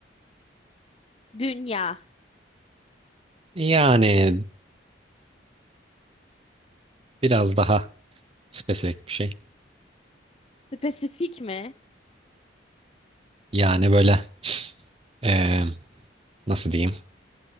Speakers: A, on the left; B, on the right.
A: Dünya.
B: Yani biraz daha spesifik bir şey.
A: Spesifik mi?
B: Yani böyle eee, nasıl diyeyim?